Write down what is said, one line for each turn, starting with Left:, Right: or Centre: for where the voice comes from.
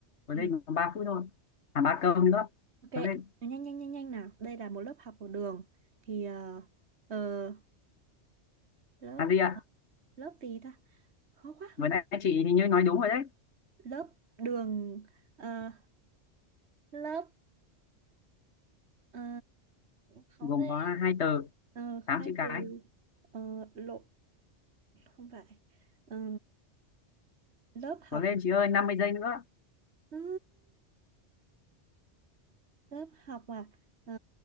Left: Cố
Right: ừ,
Left: lên còn 3 phút thôi. À 3 câu nữa.
Right: ok
Left: Cố lên.
Right: nhanh nhanh nhanh nhanh nào đây là một lớp học ở đường thì ờ, ờ, lớp
Left: Làm gì ạ?
Right: lớp gì ta khó quá
Left: vừa
Right: khó
Left: nãy
Right: quá
Left: chị thì như nói đúng rồi đấy
Right: lớp đường ờ, lớp ờ, khó
Left: gồm
Right: ghê
Left: có hai từ
Right: Ờ,
Left: tám
Right: khai
Left: chữ cái
Right: từ ờ, lộ không phải Ờ, lớp học
Left: cố lên chị ơi 50 giây nữa
Right: Ơ, lớp học à Ờ,